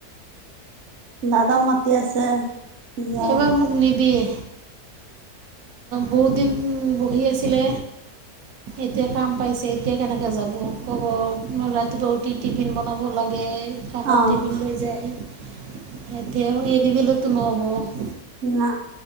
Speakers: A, on the right (about 60°); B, on the right (about 75°).
A: দাদাও মাতি আছে। যা
B: এইবাৰ মোক নিদিয়ে। বহুত দিন বহি আছিলে। এতিয়া কাম পাইছে এতিয়া কেনেকে যাব কব ৰাতিপুৱা উঠি টিফিন বনাব লাগে। কামত
A: অ
B: টিফিন লৈ যায়। এতিয়া এৰিদিলেটো নহ'ব।
A: না।